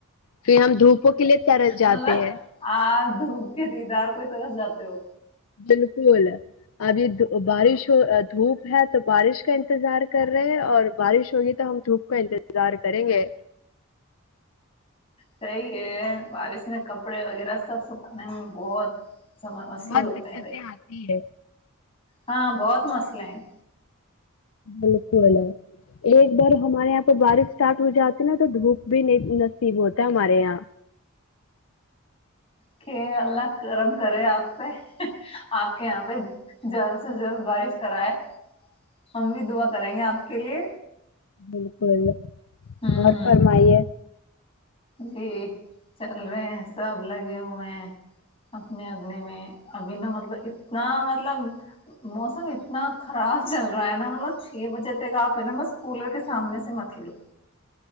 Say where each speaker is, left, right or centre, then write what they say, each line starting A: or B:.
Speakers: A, on the left; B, on the left.
A: پھر ہم دھوپوں کے لیے ترس جاتے
B: مطلب
A: ہیں
B: آپ دھوپ کے ت دار کوئی طرس جاتے ہو
A: بالکل ابھی بارش ہو دھوپ ہے تو بارش کا انتظار کر رہے ہیں اور بارش ہوگی تو ہم دھوپ کا انتظار کریں گے
B: صی ہے بارش میں کپڑے وغیرہ سب سکھانے میں بہت سب مسئلے
A: بہت
B: ہوتے
A: دقتیں
B: ہیں بھائی
A: آتی ہے
B: ہاں بہت مسئلے ہیں
A: بالکل ہے ایک بار ہمارے یہاں پہ بارش اسٹارٹ ہو جاتی نا تو دھوپ بھی نہیں نصیب ہوتا ہے ہمارے یہاں
B: کہ اللہ کرم کرے آپے آپ کے یہاں پہ جلد سے جلد بارش کراائے ہم بھی دعا کریں گے آپ کے لیے
A: بالکل
B: ہوں
A: بہت فرمائی ہے
B: جی چل رہے ہیں سب لگے ہوئے ہیں اپنے اپنے میں ابھی نا مطلب اتنا مطلب موسم اتنا خراب چل رہا ہے نا مطلب چھ بجے تک آپ ہیں نا بس کولر کے سامنے سے مت لو